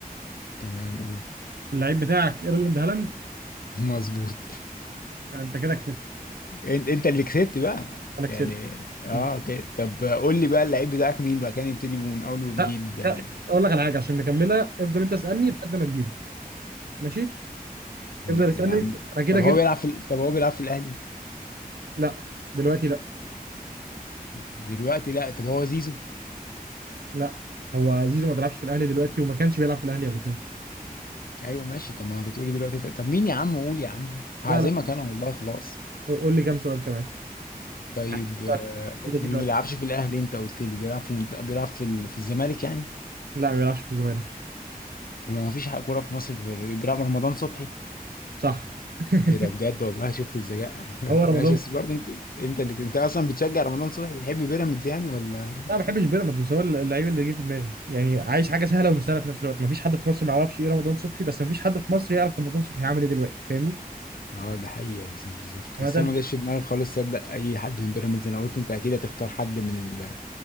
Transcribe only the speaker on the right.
اللعيب بتاعك ايرلاند هالاند
انت كده كسبت
انا كسبت
انت
لا
لا اقول لك على حاجه عشان نكملها افضل انت اسالني لحد ما تجيبه ماشي افضل
اسالني
انا كده
جبت
لا دلوقتي لا
لا هو زيزو ما بيلعبش في الاهلي دلوقتي وما كانش بيلعب في الاهلي قبل كده
لا لا
قول لي كام سؤال كمان
عايز
فرق. كده دي
بقى
لا ما بيلعبش في الزمالك
صح <laughs>
هو رمضان
انا ما بحبش بيراميدز بس هو اللعيب اللي جه في دماغي يعني عايش حاجه سهله ومستاهله في نفس الوقت ما فيش حد في مصر ما يعرفش ايه رمضان صبحي بس ما فيش حد في مصر يعرف رمضان صبحي عامل ايه دلوقتي فاهمني
عامه